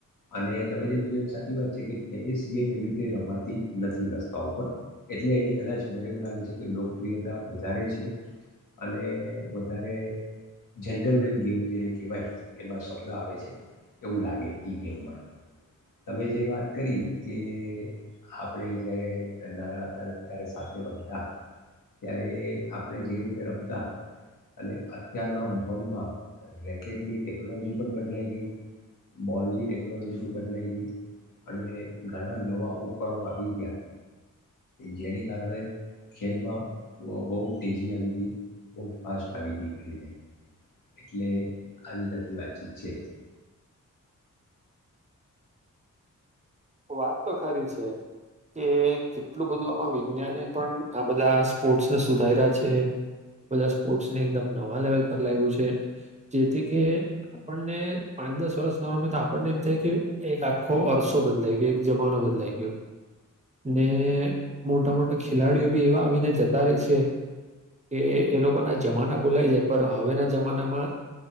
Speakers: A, on the left; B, on the right.
A: અને તમે જેમ બીજ સાચી વાત છે. કે ટેનિસ ગેમ એવી રીતે રમાતી નથી રસ્તા ઉપર એટલે એની કદાચ મને, એવું લાગે છે કે લો લોપ્રિયતા વધારે છે. અને વધારે જેન્ટલમેન ગેમ જેને કહેવાય. એમાં સ આવે છે. એવું લાગે. એ ગેમમાં. તમે, જે વાત કરી કે આપણે જય્યારે નાના હતા. ત્યારે સાથે રમતા ત્યારે આપણે જે રીતે રમતા અને અત્યારના માહોલમાં રેકેટની ટેકનોલોજી પણ, બદલાઈ ગઈ બોલની ટેકનોલોજી પણ બદલા લઈ ગઈ અને ઘણા દવા ઉપરમાં આવી ગયા. જેને, કારણે ખેલમાં બહુ તેજી આવી ગઈ બહુ ફાસ્ટ આવી ગઈ કરીને એટલે આવી જાટલી વાતચીત છે
B: વાત તો ખરી છે કે કેટલું બધું આમાં વિજ્ઞાને પણ આ બધા સ્પોર્ટસને સુધાર્યા છે. બધા સ્પોર્ટ્સને એકદમ નવા લેવલ પર લાવ્યું છે જેથી કે આપણને પાંચ દસ વર્ષ ન રમે તો આપણને એમ થાય કે એક આપકો અરસો બધ.. તરીકે એક જમાનો બદલાઈ ગયો ને મોટા મોટા ખેલાડીઓ બી એવા આવીને જતા રહે છે કે એ લોકોના જમાના બોલાઈ જાય પર હવેના જમાનામાં